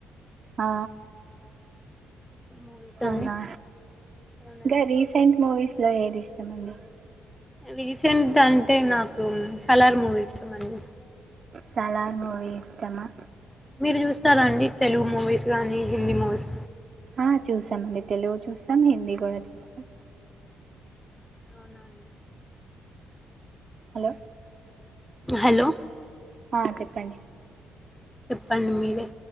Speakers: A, on the right; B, in the centre.
A: ఆ
B: మూవీస్
A: అవునా
B: అన్ని అవునండి
A: ఇంగా రీసెంట్ మూవీస్ ఇంగా ఏది ఇష్టం అండి
B: రీసెంట్ అం అంటే నాకు సలార్ మూవీ ఇష్టం అండి
A: సాలార్ మూవీ ఇష్టమా
B: మీరు చూస్తారండి తెలుగు మూవీస్ కానీ హిందీ మూవీస్
A: ఆ చూస్తాం అండి తెలుగు చూస్తాం హిందీ కూడా చూస్తాం
B: అవునా అండి
A: హలో
B: హలో
A: హా చెప్పండి
B: చెప్పండి మీరే